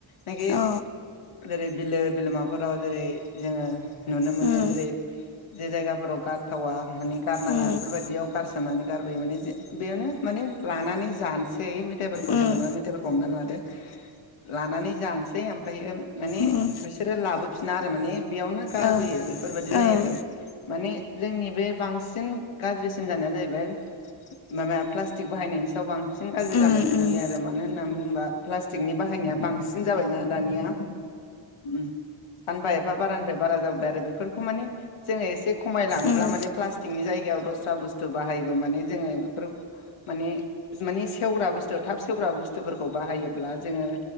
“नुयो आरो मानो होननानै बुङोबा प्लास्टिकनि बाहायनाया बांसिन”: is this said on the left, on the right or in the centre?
Left